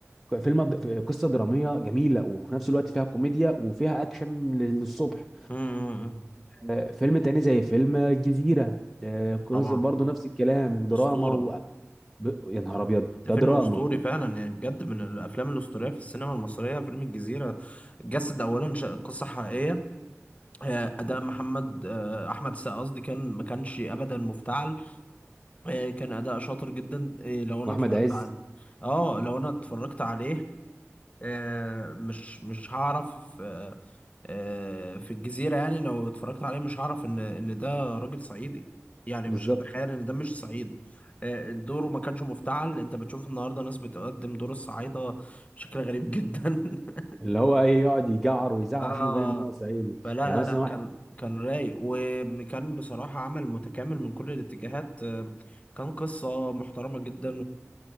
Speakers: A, in the centre; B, on the left.
A: فيلم قصه دراميه جميله وفي نفس الوقت فيها كوميديا وفيها اكشن للصبح
B: مم، مم، مم.
A: آه، فيلم تاني زي فيلم الجزيره آه، قصة
B: طبعا
A: برضه نفس الكلام دراما
B: أسطورة
A: و... ب- يا نهار ابيض
B: ده
A: ده
B: فيلم
A: دراما
B: اسطوري فعلا يعني بجد من الافلام الاسطوريه في السينما المصريه فيلم الجزيره جسد اولا ش- قصه حقيقيه آه، اداء محمد آه، احمد السقا قصدي كان ما كانش ابدا مفتعل آه، كان اداء شاطر جدا آه، لو انا
A: واحمد
B: اتفرجت
A: عز
B: عليه اه لو انا اتفرجت عليه آه، مش مش هعرف آه، آه، في الجزيرة يعني لو اتفرجت عليه مش هعرف ان ان ده راجل صعيدي يعني
A: بالظبط
B: مش هتخيل ان ده مش صعيدي آه، دوره ما كانش مفتعل انت بتشوف النهارده ناس بتقدم دور الصعايدة بشكل غريب جدا <laughs>
A: اللي هو ايه يقعد يجعر ويزعق
B: اه
A: عشان يبان ان هو صعيدي
B: فلا
A: يعني
B: لا
A: مثلا
B: لا
A: واحد
B: كان كان رايق وكان بصراحة عمل متكامل من كل الاتجاهات آه، كان قصة محترمة جدا